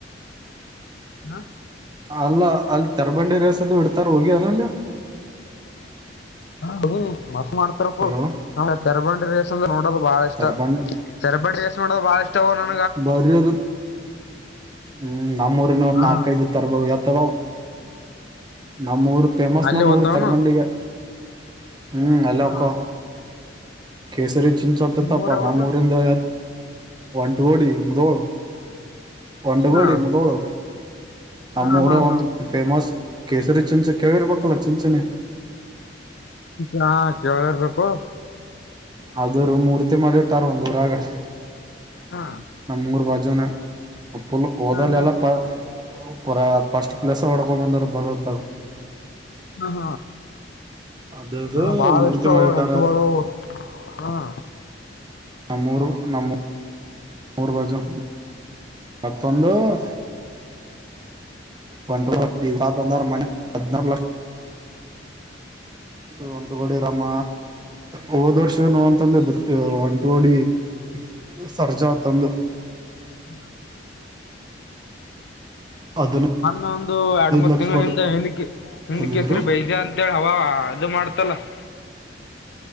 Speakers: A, on the left (about 65°); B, on the right (about 25°).
A: ಹಾ
B: ಅಲ್ಲ ಅಲ್ಲಿ ತರಬಂಡಿ ರೇಸದು ಇಡ್ತಾರ ಹೋಗಿ ಏನ್ ಅಲ್ಲಿ. <inaudible>
A: ಹೋಗುನ ಮಸ್ತ ಮಾಡ್ತಾರಪೋ
B: ಹಲೋ
A: ನಾವ ತರ್ಬಂಡಿ ರೇಸ್ ಅಂದ್ರ ನೋಡೋದು ಬಾಳ ಇಷ್ಟ.
B: ತರಬಂಡಿ
A: <inaudible> ಚರಬಡಿಸ್ ರೇಸ್ ನೋಡೋದು ಬಾಳ ಇಷ್ಟ ನನ್ <inaudible>
B: ಮರಿದು. <inaudible> ಹೂ ನಮ್ಮೂರಿನ ಒಂದ್
A: ಹಾ
B: ನಾಲ್ಕೈದು ತರಬ ಎತ್ತ ಅದಾವ. <inaudible> ನಮ್ಮ ಊರು ಫೇಮಸ್
A: ಅಲ್ಲಿ
B: ನಮ್ಮಊರು
A: ಹೋತವನು.
B: ಚರಮಂಡಿಗೆ <inaudible> ಹೂ ಅಲ್ಲೇ
A: ಹಾ
B: ಹೋಕ್ಕೋವ <inaudible> ಕೇಸರಿ ಚಿನ್ಸತ್ತ
A: ನಿಮ್ಮೂರ್
B: ತಪ್ಪ
A: ಯಾವ್ದು
B: ನಮ್ಮ ಊರಿಂದ ಹೊಂಡಗೋಡಿ ಮುದೋಳು <inaudible> ಹೊಂಡಗೋಡಿ
A: ಹಾ ಹಾ
B: ಮುದೋಳು ನಮ್ಮೂರ
A: ಹಾ ಹಾ ಹಾ
B: ಒಂದ ಫೇಮಸ್ ಕೇಸರಿ ಚಿಂಚಿ ಕೇಳಿರ್ಬೇಕಲ್ಲ ಚಿಂಚಿನಿ.
A: ನಾ ಕೇಳರ್ಬೇಕು. <inaudible>
B: ಅದರುವ ಮೂರ್ತಿ ಮಾಡಿಟ್ಟಾರ ಒಂದ ಊರಾಗ. <inaudible>
A: ಹಾ <inaudible>
B: ನಮ್ಮ ಊರ ಬಾಜುನ ಉಪ್ಪುಲ್ ಹೋದಲೆಲ್ಲಾ
A: ಹಾ ಹಾ
B: ಪಾ <inaudible> ಪೂಪರಾ ಫಸ್ಟ್ ಪ್ಲೇಸ್ ಹೊಡ್ಕೊ ಬಂದ್ರರು ಬದತ್ತದ <inaudible>
A: ಹ ಹ
B: ಅದದು
A: ನಾ ಬಾಳಷ್ಟು
B: ಮೂರ್ತಿ ಮಾಡಿಟ್ಟಾರ
A: ಎತ್ತುಗಳು ಹ <inaudible>
B: ನಮ್ಮೂರು ನಮ್ಮ ಊರ ಬಾಜು ಮತ್ತೊಂದು <inaudible> ಬಂಡವಾ ತೀರ್ಥ ತಂದರ್ ಮನ್ನೆ ಹದನಾರ ಲಕ್ಷ <inaudible> ಹೂ ತುಗಡಿ <inaudible> ತಮ್ಮ ಹೋದ ವರ್ಷ ನೋನ ತಂದಿದ್ದರಿ ಹೊಂಟವಡಿ. <inaudible> ಸರ್ಜಾ ಅಂತ ಅಂದು <inaudible>
A: <inaudible>
B: ಹದಿನೈದು
A: ನನ್ನ ಒಂದು ಎರಡ್ ಮೂರ್
B: ಲಕ್ಷ
A: ತಿಂಗಳ
B: ಕೊಟ್ಟು
A: ಹಿಂದ ಹಿಂದಕೀ ಹಿಂದ
B: ತಂದಿದ್ರು
A: ಕೆಸರ ಬೈಜ ಅಂ <inaudible> ಅಂತ ಅಲ್ಲ ಹವಾ ಇದು ಮಾಡ್ತಲ್ಲ. <inaudible>